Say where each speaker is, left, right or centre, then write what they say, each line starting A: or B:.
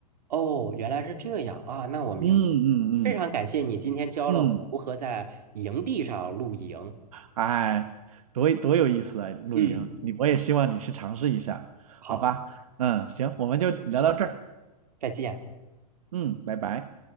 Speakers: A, on the right; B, on the right.
A: 哦，原来是这样啊，那我明白了。
B: 嗯嗯
A: 非常感谢你今天教了我如何在营地上露营。
B: 嗯嗯，哎，多多有意思啊！露营，
A: 嗯，
B: 你我也希望你去尝试一下，
A: 好，
B: 好吧？嗯，行，我们就聊到这儿。
A: 再见。
B: 嗯，拜拜。